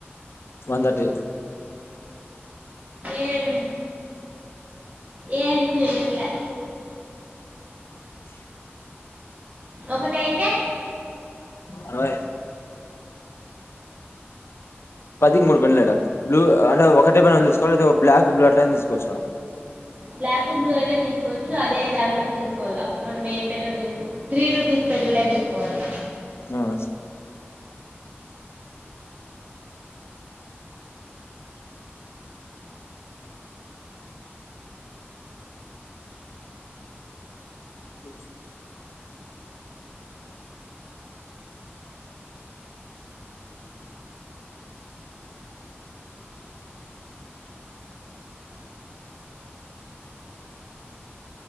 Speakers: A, on the left; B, on the right.
A: వందటి
B: ఏం ఏంకు ఎమ్ల ఒకటైతే
A: అరవై పదికి మూడు పెన్నులు లేడా అత్తై బ్లూ అంటే ఒకటే పెన్నులు తీసుకోవాల లేతే ఒక బ్లాక్ బ్లూ అట్లైన తీసుకోవచ్చా
B: బ్లాక్ బ్లూ అయినా తీసుకోవచ్చు అదే దాంట్లో తీసుకోవాల్ల మనం ఏ పెన్నును త్రీ రుపీస్ పెన్నులే తీసుకోవాలి
A: ఆ స అ